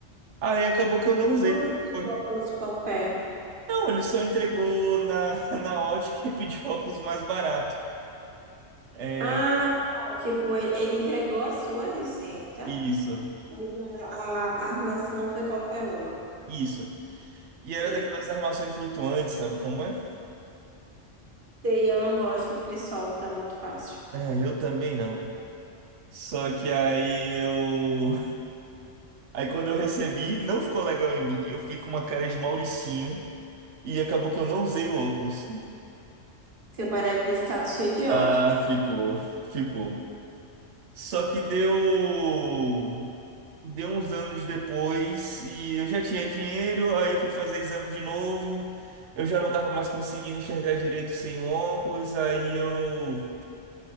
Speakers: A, on the right (about 75°); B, on the right (about 45°).
A: Aí acabou que eu não usei.
B: Como
A: porque
B: assim
A: foi-
B: um óculos qualquer?
A: Não, ele só entregou na, <laughs> na ótica e pediu óculos mais barato. É,
B: Ah, tá. Tipo, e- ele entregou a sua receita,
A: isso,
B: mas a, a a armação foi qualquer uma.
A: isso. E era
B: Entendi.
A: daquelas armações flutuantes, sabe como é?
B: E eu não gosto porque solta muito fácil.
A: Ah, eu também não. Só que aí eu. Aí quando eu recebi, não ficou legal em mim. Eu fiquei com uma cara de Mauricinho e acabou que eu não usei o óculos.
B: Seu pai deve ter ficado cheio de
A: Ah,
B: ódio.
A: ficou, ficou. Só que deu. Deu uns anos depois e eu já tinha dinheiro, aí eu fui fazer exame de novo. Eu já não tava mais conseguindo enxergar direito sem óculos, aí eu